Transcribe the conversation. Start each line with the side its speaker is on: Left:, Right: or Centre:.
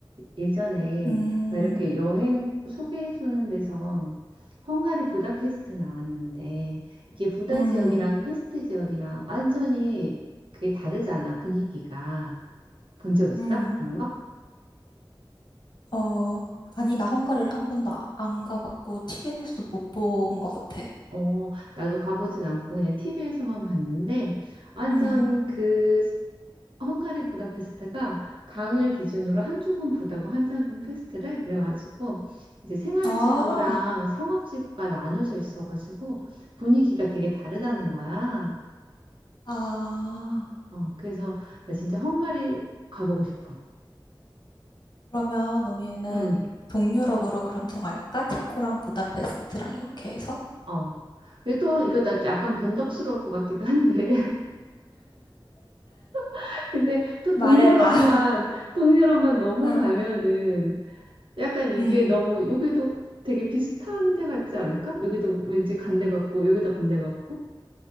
Right: 예전에
Left: 음,
Right: 왜 이렇게 여행 소개해주는 데서 헝가리 부다페스트 나왔는데 이게 부다
Left: 음,
Right: 지역이랑 페스트 지역이랑 완전히 그게 다르잖아, 분위기가. 본 적 있어?
Left: 음.
Right: 그런 거?
Left: 어, 아니, 나 헝가리를 한 번도 아- 안 가봤고, 티비에서도 못 본 것 같아.
Right: 어, 나도 가보진 않고 그냥 TV에서만 봤는데 완전
Left: 음,
Right: 그 헝가리 부다페스트가 강을 기준으로 한쪽은 부다고 한쪽은 페스트래. 그래가지고 이제 생활지구랑
Left: 아,
Right: 상업지구가 나뉘어져 있어가지고 분위기가 되게 다르다는 거야.
Left: 아,
Right: 어, 그래서 나 진짜 헝가리 가보고 싶어.
Left: 그러면 우리는
Right: 응,
Left: 동유럽으로 그럼 정할까? 체코랑 부다페스트랑 이렇게 해서?
Right: 어. 근데 또 이거 나 약간 변덕스러울 것 같기도 한데. <laughs> 근데 또
Left: 말해봐.
Right: 동유럽만,
Left: <laughs>
Right: 동유럽만 넘어가면은
Left: 응.
Right: 약간 이게
Left: 음,
Right: 너무 여기도 되게 비슷한 데 같지 않을까? 여기도 왠지 간데 같고 여기도 간데 같고